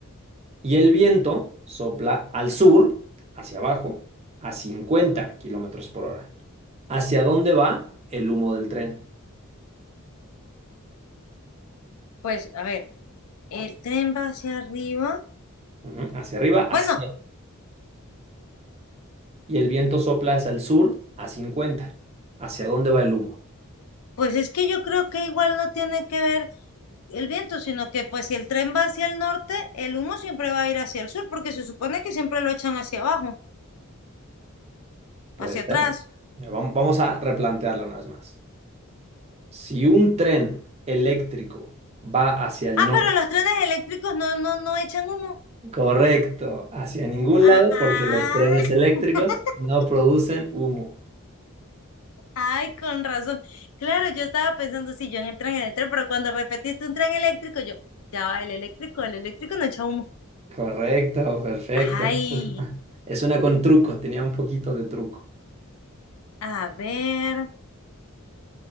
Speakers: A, on the right; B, on the left.
A: y el viento sopla al sur, hacia abajo, a 50 kilómetros por hora. ¿Hacia dónde va el humo del tren?
B: Pues a ver, el tren va hacia arriba.
A: Ujú, Hacia arriba, hacia...
B: Bueno,
A: Y el viento sopla hacia el sur a 50. ¿Hacia dónde va el humo?
B: pues es que yo creo que igual no tiene que ver el viento, sino que pues si el tren va hacia el norte, el humo siempre va a ir hacia el sur, porque se supone que siempre lo echan hacia abajo,
A: Puede
B: hacia
A: ser.
B: atrás.
A: Mira, vam- Vamos a replantearlo una vez más. Si un tren eléctrico va hacia el
B: Ah,
A: norte,
B: pero los trenes eléctricos no, no, no echan humo.
A: correcto, hacia ningún
B: Ah,
A: lado, porque los trenes eléctricos
B: <laughs>
A: no producen humo.
B: ay, con razón. Claro, yo estaba pensando si yo en el tren eléctrico, pero cuando repetiste un tren eléctrico, yo, ya va, el eléctrico, el eléctrico no echa humo.
A: Correcto, perfecto.
B: Ay,
A: Es una con truco, tenía un poquito de truco.
B: a ver.